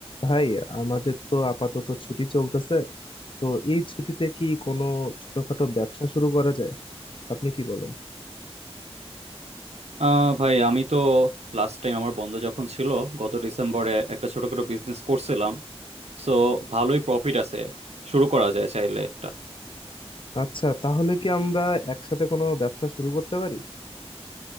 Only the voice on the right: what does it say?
আহ ভাই আমি তো লাস্ট টাইম আমার বন্ধ যখন ছিল গত ডিসেম্বরে একটা ছোটখাটো বিজনেস করছিলাম সো ভালোই প্রফিট আছে শুরু করা যায় চাইলে একটা